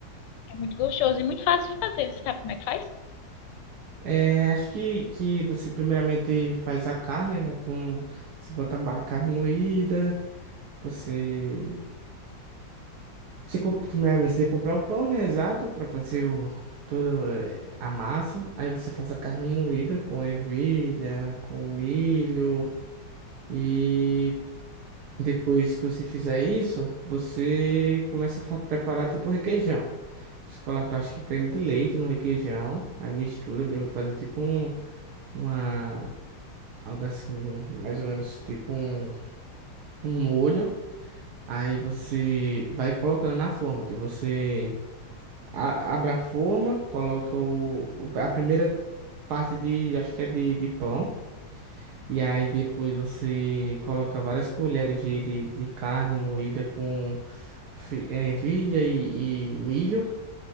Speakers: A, on the left; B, on the right.
A: É muito gostoso e muito fácil de fazer. Você sabe como é que faz?
B: É, acho que, que você primeiramente faz a carne, né? Com, você bota a carne moída, você Você, com- primeiramente, você tem que comprar o pão, né? Exato, pra fazer o, toda a massa. Aí você faz a carne moída com ervilha, com milho. E depois que você fizer isso, você começa a fa- preparar tipo requeijão. Você coloca, acho que creme de leite no requeijão. Aí mistura bem, vai fazer tipo um, uma, algo assim, mais ou menos tipo um, um molho. Aí você vai colocando na forma, tipo, você. A- abre a forma, coloca o, o- a primeira parte de, acho que é de, de pão. E aí depois você coloca várias colheres de, de, de carne moída com fi- eh, ervilha e, e milho.